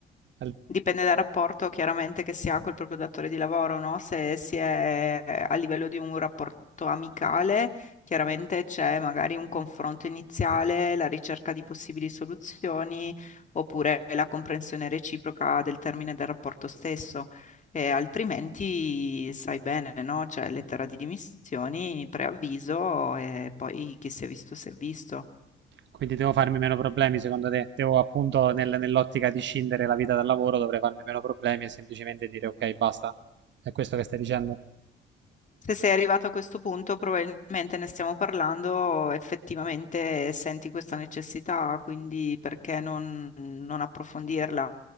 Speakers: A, on the right (about 65°); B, on the left (about 40°).
A: al-
B: Dipende dal rapporto chiaramente che si ha col proprio datore di lavoro, no? Se si è a livello di un rapporto amicale, chiaramente c'è magari un confronto iniziale, la ricerca di possibili soluzioni, oppure la comprensione reciproca del termine del rapporto stesso. E altrimenti sai bene, no? C'è lettera di dimissioni, preavviso e poi chi si è visto si è visto.
A: Quindi devo farmi meno problemi, secondo te? Devo appunto nel- nell'ottica di scindere la vita dal lavoro, dovrei farmi meno problemi e semplicemente dire ok, basta. È questo che stai dicendo?
B: Se sei arrivato a questo punto, probabilmente ne stiamo parlando, effettivamente senti questa necessità, quindi perché non, non approfondirla?